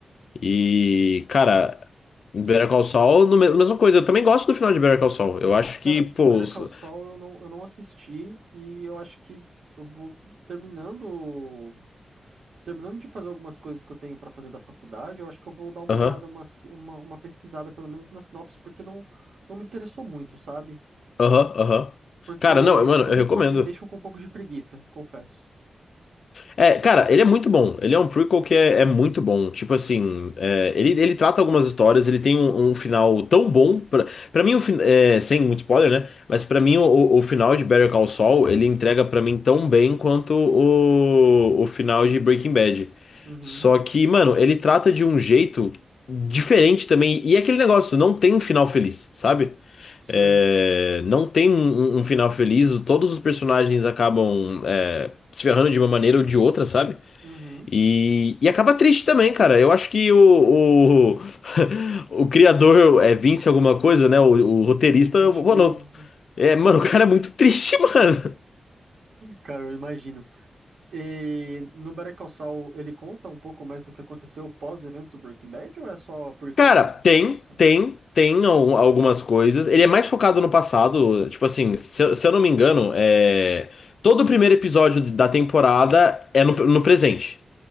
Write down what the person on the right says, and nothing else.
Cara,
Better
Call Saul eu não, eu não assisti e eu acho que eu vou terminando terminando de fazer algumas coisas que eu tenho pra fazer da faculdade, eu acho que eu vou dar uma
olhada, uma, si- uma, uma pesquisada pelo menos na sinopse, porque não, não me interessou muito, sabe?
Porque
prequels
me deixam com um pouco de preguiça, confesso.
Uhum,
sei.
Uhum.
Vincent Gilligan.
Cara, eu imagino. E no Better Call Saul, ele conta um pouco mais do que aconteceu pós-eventos do Breaking Bad ou é só prequel
mesmo,
só passar?